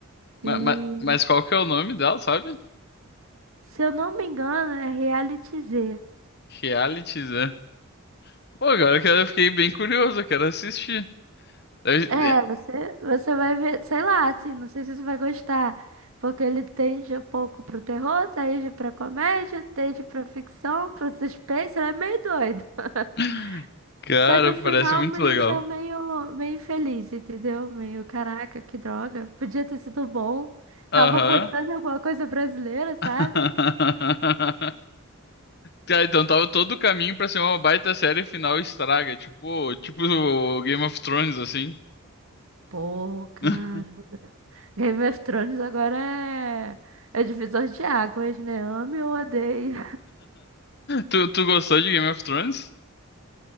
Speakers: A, on the left; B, on the right.
A: Ma-
B: E
A: ma- Mas, qual que é o nome dela, sabe?
B: se eu não me engano, é Reality Z.
A: Realities, é. Pô, agora que eu fiquei bem curioso, eu quero assistir. Deve-
B: É,
A: de-
B: você, você vai ver, sei lá, assim, não sei se você vai gostar. Porque ele tende um pouco pro terror, tende pra comédia, tende pra ficção, pro suspense, ele é meio doido. <laughs>
A: <laughs> Cara,
B: Só que o final
A: parece muito
B: me deixou
A: legal.
B: meio, meio infeliz, entendeu? Meio, caraca, que droga. Podia ter sido bom.
A: Aham.
B: Tava apostando em alguma coisa brasileira, sabe?
A: <laughs> Tá, então tava todo o caminho pra ser uma baita série e final estraga, tipo, tipo o Game of Thrones, assim.
B: Pô, cara.
A: <laughs>
B: Game of Thrones agora é, é divisor de águas, né? Ame ou odeio.
A: Tu, tu gostou de Game of Thrones?